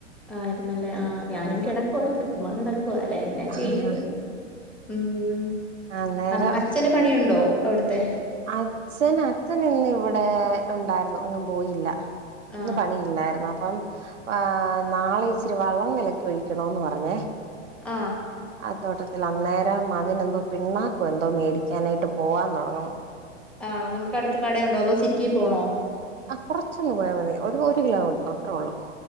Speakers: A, in the centre; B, on the right (about 70°).
A: ആരുന്നല്ലേ ആ
B: അങ്ങനെ
A: ഞാനും കെടക്കുവാരുന്നു. ചുമ്മ കെടക്കുവ അല്ലെ എന്നാ
B: ആഹ്
A: ചെയ്യാനാ ഉം
B: അന്നേരം
A: അം അച്ഛന് പണിയുണ്ടോ? അവിടുത്തെ
B: അച്ഛൻ അച്ഛനിന്ന് ഇവിടേ ഒണ്ടായിരുന്നു. എങ്ങും പോയില്ല. ഇന്ന്
A: ആഹ്
B: പണിയില്ലായിരുന്നു അപ്പം ആഹ് നാളെ ഇച്ചിരി വളം കലക്കി ഒഴിക്കണോന്ന് പറഞ്ഞേ.
A: ആ
B: ആ തോട്ടത്തിൽ അന്നേരം അതിനെന്തോ പിണ്ണാക്കോ എന്തോ മേടിക്കാനായിട്ട് പോവാൻ തൊടങ്ങുന്ന്.
A: ആണോ നമു ക്കടുത്ത് കടയൊണ്ടോ അതോ സിറ്റീ പോണോ?
B: ആ കുറച്ചൊന്ന് പോയാ മതി ഒര് ഒരു കിലോമീറ്റർ അത്രേ ഒള്ളൂ.